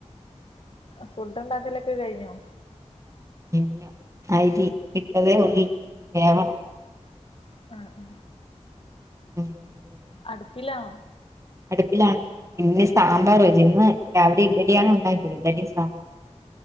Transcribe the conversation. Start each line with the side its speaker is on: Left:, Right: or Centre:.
Left: ഫുഡ് ഉണ്ടാക്കലൊക്കെ കഴിഞ്ഞോ
Right: ല്ല അരി ഇട്ടതേ ഉള്ളി വേവണം
Left: ആ ആ
Right: മത്ര
Left: അടുപ്പിലാണോ
Right: അടുപ്പിലാണ് ഇന്ന് സാമ്പാർ ഇന്ന് രാവിലെ ഇഡലിയാണ് ഉണ്ടാക്ക ഇഡ ലിയും സാമ്പാ-